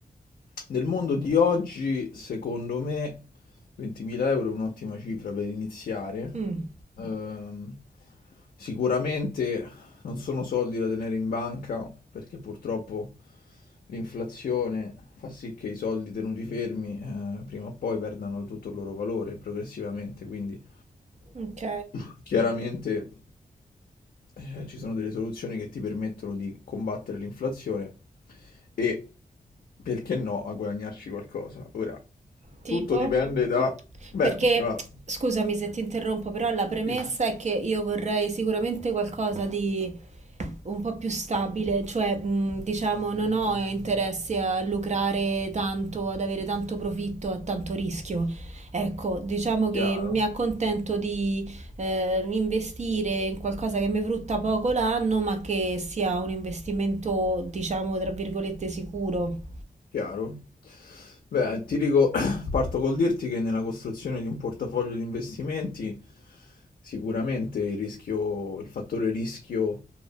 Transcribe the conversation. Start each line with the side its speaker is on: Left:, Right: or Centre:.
Left: nel mondo di oggi, secondo me, 20.000 euro è un'ottima cifra per iniziare.
Right: Mm,
Left: Ehm, sicuramente non sono soldi da tenere in banca perché purtroppo l'inflazione fa sì che i soldi tenuti fermi, eh, prima o poi perdano tutto il loro valore progressivamente, quindi
Right: ok.
Left: <laughs> Chiaramente, eh, ci sono delle soluzioni che ti permettono di combattere l'inflazione e, perché no, a guadagnarci qualcosa. Ora,
Right: Tipo?
Left: tutto dipende da... Beh,
Right: Perché,
Left: allora,
Right: scusami se ti interrompo, però la premessa
Left: sì,
Right: è che io vorrei sicuramente qualcosa di un po' più stabile, cioè, mh, diciamo, non ho interessi a lucrare tanto, ad avere tanto profitto, a tanto rischio. Ecco, diciamo che
Left: chiaro.
Right: mi accontento di eh, investire in qualcosa che mi frutta poco l'anno, ma che sia un investimento, diciamo, tra virgolette, sicuro.
Left: Chiaro. Beh, ti dico, <clears throat> parto col dirti che nella costruzione di un portafoglio di investimenti sicuramente il rischio, il fattore rischio